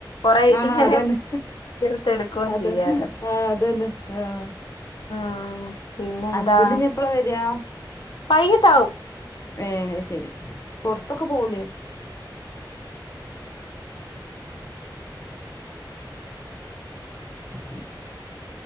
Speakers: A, on the left (about 75°); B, on the left (about 40°).
A: കൊറേ
B: ആഹ്
A: ഇങ്ങനെ
B: അതന്നെ
A: തീർത്തെടുക്കുകയും
B: അതന്നെ
A: ചെയ്യാലോ
B: ആഹ് അതന്നെ ആഹ്.
A: ആഹ് പിന്നെ എന്താ?
B: ഹസ്ബൻഡ് ഇനി എപ്പളാ വരാ?
A: വൈകിട്ടാവും.
B: ഏഹ് ശരി പൊറത്തൊക്കെ പോവുല്ലേ? <inaudible>